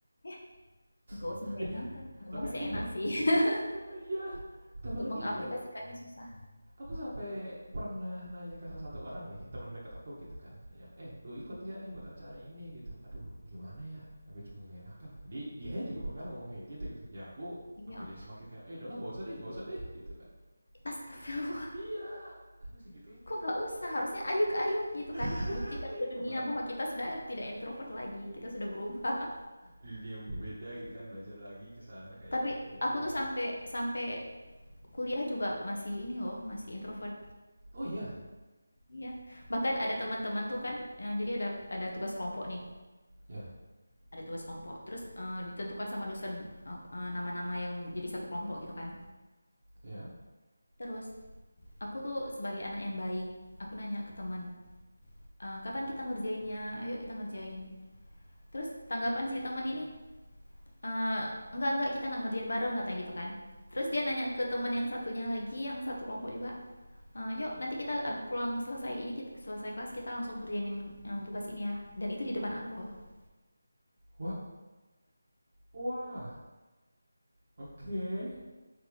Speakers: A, on the left (about 65°); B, on the right (about 50°).
A: Eh, gak
B: <laughs>
A: usah nggak
B: eh,
A: enakan. Ngomong
B: tapi aku
A: sih enak
B: per-
A: sih. <laughs>
B: Eh, iya tambah
A: Untuk
B: lagi
A: mengaplikasikannya
B: ini loh
A: susah.
B: aku sampai pernah nanya ke salah satu orang deh teman dekat aku gitu kan yang eh lu ikut
A: Hmm,
B: nggak nih buat acara ini gitu aduh gimana ya aku juga nggak enakan dia dia juga bahkan ngomong kayak gitu gitu ya aku
A: Iya,
B: aku jadi semakin kayak eh udahlah nggak usah deh nggak usah deh gitu kan
A: astagfirullah.
B: Iya, sampai segitunya.
A: Kok nggak usah? Harusnya ayuk-ayuk gitu
B: <laughs>
A: kan. Buktikan
B: Iya
A: ke
B: kebalik.
A: dunia bahwa kita sudah tidak introvert lagi. Kita sudah berubah. <laughs>
B: Di dunia yang berbeda gitu kan belajar lagi ke sana kayak
A: Tapi
B: dikit beda
A: aku
B: nih.
A: tuh sampai sampai kuliah juga masih ini loh, masih introvert
B: Oh iya,
A: Iya, bahkan ada teman-teman tuh kan, eee, jadi ada ada tugas kelompok nih,
B: ya,
A: ada tugas kelompok. Terus, eee, ditentukan sama dosen, ak eee, nama-nama yang jadi satu kelompok gitu kan.
B: ya.
A: Terus aku tuh sebagai anak yang baik, aku nanya ke teman, eee, "Kapan kita ngerjainnya? Ayo kita ngerjain." Terus tanggapan si teman ini, eee, "Enggak enggak, kita nggak ngerjain bareng," katanya gitu kan. Terus dia nanya ke teman yang satunya lagi, yang satu kelompok juga, eee, "Yuk nanti kita abis pulang selesai ini kit selesai kelas kita langsung kerjainin, eee, tugas ini ya." Dan itu di depan aku loh. Enggak.
B: Wah, wah. Oke.